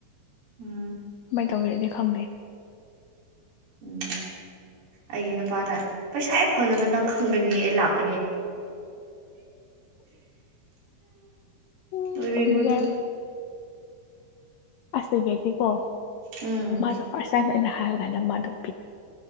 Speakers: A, on the right; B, on the left.
A: ꯎꯝ
B: ꯇꯧꯤꯔꯗꯤ ꯈꯪꯗꯦ
A: ꯎꯝ ꯑꯩꯒꯤ ꯅꯨꯄꯥꯅ ꯄꯩꯁꯥ ꯍꯦꯛ ꯐꯪꯅꯕ ꯅꯪ ꯈꯪꯒꯅꯤ ꯑꯩ ꯂꯥꯛꯄ
B: ꯎ
A: ꯂꯣꯏꯅꯤꯡꯕꯗꯣ
B: ꯐꯝꯒ ꯑꯁꯕꯁꯤ ꯀꯣ
A: ꯎꯝ
B: ꯃꯥꯁꯥ ꯐꯔꯁꯅ ꯑꯩꯅ ꯍꯥꯏꯕ ꯀꯥꯟꯗ ꯃꯥꯗꯣ ꯄꯤ